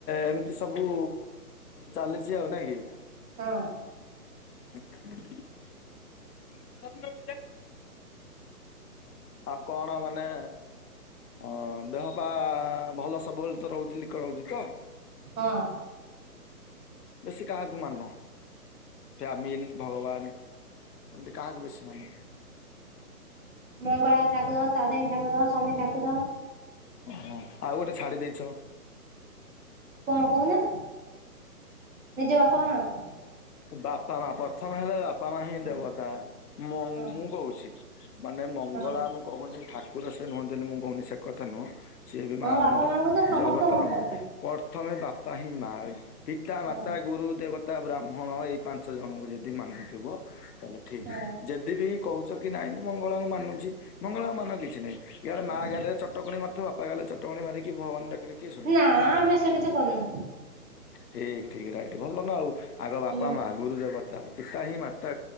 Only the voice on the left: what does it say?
ଏମିତି ସବୁ ଚାଲିଛି ଆଉ ନାଇଁ କି?
<unintelligible> ଆଉ କଣ ମାନେ? ଅ ଦେହ ପା ଭଲ ସବୁବେଳେ ତ ରହୁଛି ଲିକ ରହୁଛି ତ?
ବେଶୀ କାହାକୁ ମାନ? ଫ୍ୟାମିଲ ଭଗବାନ ଏମିତି କାହାକୁ ବେଶୀ ମାନ?
ଓହୋ ଆଉ ଗୋଟେ ଛାଡି ଦେଇଛ।
ବାପା ମା ପ୍ରଥମେ ହେଲେ ବା ପା ମା ହିଁ
ଦେବତା ମ
ମୁଁ କହୁଛି ମାନେ ମଙ୍ଗଳା
ମୁ କହୁନି ଠାକୁର ସେ ନୁହଁନ୍ତି ବୋଲି ମୁଁ କହୁନି ସେ କଥା ନୁହଁ। ସିଏ ବି ମା
ଆମର
ଜଗତର
ମା। ପ୍ରଥମେ ବାପା ହିଁ ମା ପିତା
ମାତା ଗୁରୁ ଦେବତା ବ୍ରା ହଁ ଏଇ ପାଞ୍ଚ ଜଣଙ୍କୁ ଯଦି ମାନୁଥିବ ତାହେଲେ ଠିକ।
ଯଦି ବି କହୁଛ କି ନାହିଁ ମୁଁ ମଙ୍ଗଳାଙ୍କୁ ମାନୁଛି ମଙ୍ଗଳା ମାନ କିଛି ନାହିଁ। ୟାଡେ
ମା ଗାଲେ ଚଟକଣି ମାରୁଥିବ ବାପା ଗାଲେ ଚଟକଣି ମାରିକି ଭଗବାନ ଡାକିଲେ କିଏ ଶୁଣିବ।
ଠିକ ଠିକ ରାଇଟ ଭଲନା ଆଉ ଆଗ ବାପା
ମା ଗୁରୁଦେବତା। ପିତା ହିଁ ମାାର୍ତା